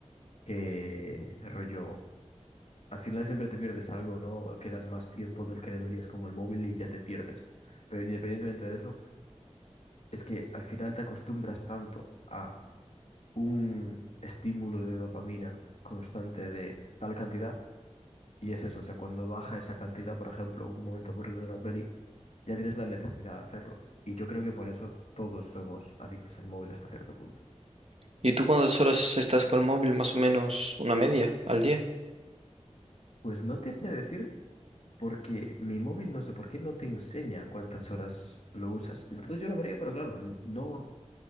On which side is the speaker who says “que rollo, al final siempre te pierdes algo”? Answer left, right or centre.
Left